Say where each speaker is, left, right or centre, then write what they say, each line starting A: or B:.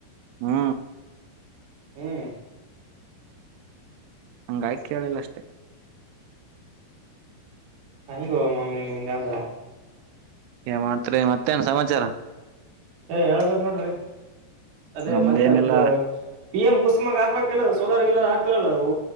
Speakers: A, on the right; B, on the right.
A: ಹ್ಮ
B: ಹ್ಮ್
A: ಹಂಗ ಆಗಿ ಕೇಳಿಲ್ಲ ಅಷ್ಟೇ.
B: ಹೆಂಗೋ ಮಾವ ನೀವ್ ಹಿಂಗಂದ್ರ.
A: ಏನ್ ಮಾಡ್ತೆರಿ ಮತ್ತೇನ್ ಸಮಾಚಾರ.
B: ಏ ಹೇಳ್ಬೇಕ ನೋಡ್ರಿ ಅದೇ
A: ನಮ್ದೇನಿಲ್ಲ
B: ಮತ್ತೆ ಬ ಪಿಎಂ ಕುಸುಮಗ್ ಹಾಕ್ಬೇಕಲ್ಲ ಸೋಲಾರ್ ಗಿಲಾರ್ ಹಾಕ್ತರಲ್ಲ ಓ